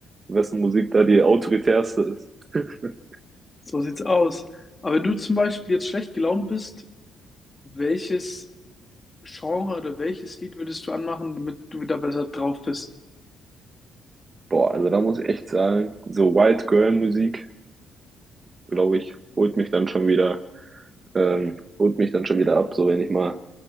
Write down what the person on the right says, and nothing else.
wessen Musik da die autoritärste ist. <laughs>
Boah, also da muss ich echt sagen, so White Girl Musik, glaube ich, holt mich dann schon wieder, ähm, holt mich dann schon wieder ab. So wenn ich mal